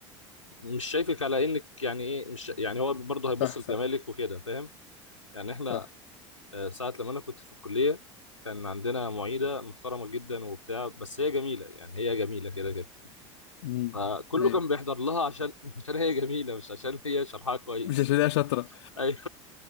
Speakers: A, on the left; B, on the left.
A: مش شايفك على انك يعني ايه مش يعني هو برضه هيبص
B: صح
A: لجمالك
B: صح
A: وكده فاهم يعني احنا
B: صح
A: آه، ساعه لما انا كنت في الكليه كان عندنا معيده محترمه جدا وبتاع بس هي جميله يعني هي جميله كده كده
B: مم،
A: فكله
B: ايوه
A: كان بيحضر لها عشان <laughs> عشان هي جميله مش عشان هي شرحها كويس
B: مش عشان هي شاطره
A: ايوه